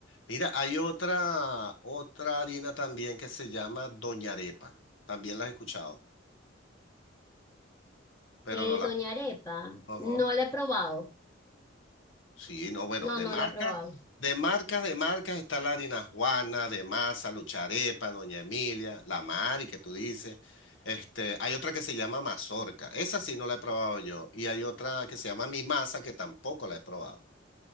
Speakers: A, on the left (about 80°); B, on the left (about 15°).
A: Mira, hay otra, otra harina también que se llama Doña Arepa. También la he escuchado, pero
B: Eh,
A: no la.
B: Doña Arepa,
A: Ajá.
B: no la he probado.
A: Sí, no, bueno,
B: No,
A: de
B: no
A: marcas,
B: la he probado.
A: de marcas, de marcas está la harina Juana, de masa, Lucharepa, Doña Emilia, la Mari que tú dices. Este, hay otra que se llama mazorca, esa sí no la he probado yo, y hay otra que se llama mi masa que tampoco la he probado.